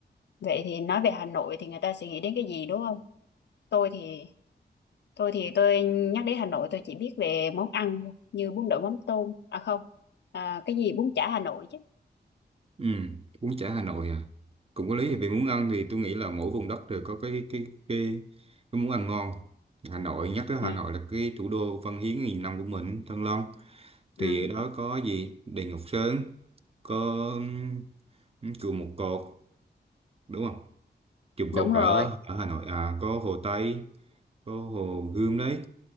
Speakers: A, on the left; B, on the right.
A: vậy thì nói về Hà Nội thì người ta sẽ nghĩ đến cái gì đúng không? Tôi thì Tôi thì tôi nhắc đến Hà Nội tôi chỉ biết về món ăn thôi, như bún đậu mắm tôm, à không, à, cái gì bún chả Hà Nội chứ.
B: Ừ, bún chả Hà Nội à. Cũng có lý vì muốn ăn thì tôi nghĩ là mỗi vùng đất đều có cái cái cái, cái muốn ăn ngon. Hà Nội nhắc tới
A: Ừ,
B: Hà Nội là cái thủ đô văn hiến nghìn năm của mình, Thăng Long.
A: ừ,
B: Thì ở đó có gì? Đền Ngọc Sơn, có ừm, chùa Một Cột, đúng không? Chùa Một
A: đúng
B: Cột
A: rồi.
B: ở ở Hà Nội à, có Hồ Tây, có Hồ Gươm đấy,